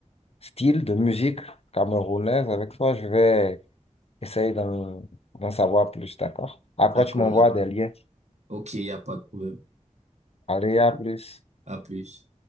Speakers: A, on the left (about 50°); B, on the right (about 60°).
A: styles de musique camerounaise avec toi. Je vais essayer d'en d'en savoir plus, d'accord? Après,
B: d'accord.
A: tu m'envoies des liens.
B: Ok, il n'y a pas de problème.
A: Allez, à plus.
B: À plus.